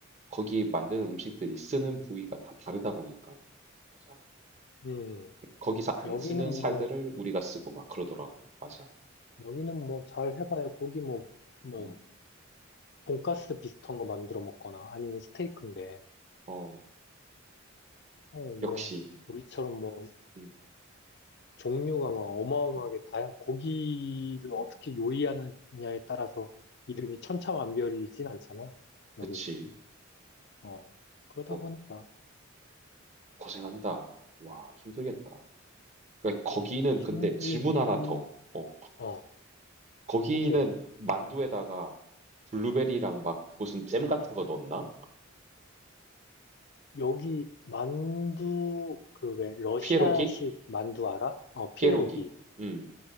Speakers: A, on the right (about 35°); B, on the left (about 55°).
A: 거기 만드는 음식들이 쓰는 부위가 다 다르다 보니까는. 맞아.
B: 음,
A: 거기서 안
B: 여기는
A: 쓰는
B: 뭐,
A: 살들을 우리가 쓰고 막 그러더라고. 맞아.
B: 여기는 뭐, 잘 해봐야 고기 뭐, 뭐,
A: 음.
B: 돈가스 비슷한 거 만들어 먹거나 아니면 스테이크인데,
A: 어.
B: 어, 뭐,
A: 역시.
B: 우리처럼 뭐,
A: 음.
B: 종류가 막 어마어마하게
A: 음.
B: 다양, 고기를 어떻게
A: 음.
B: 요리하느냐에 따라서 이름이 천차만별이진 않잖아,
A: 그치.
B: 여기는. 어, 그러다
A: 뭐,
B: 보니까,
A: 고생한다. 와 힘들겠다. 그러니까 거기는
B: 뭐 힘들기,
A: 근데 질문 하나 더. 어.
B: 어,
A: 거기는
B: 오케이.
A: 만두에다가 블루베리랑 막 무슨 잼 같은 거 넣었나?
B: 여기 만두 그 왜 러시아식
A: 피에로기?
B: 만두 알아? 어 피에로기.
A: 피에로기. 음,